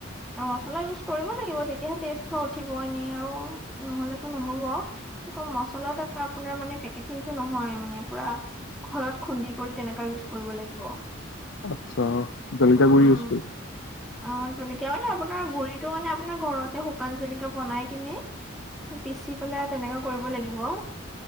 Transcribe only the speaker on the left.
আচ্ছা জলকীয়া
গুৰি
ইউজ কৰিব।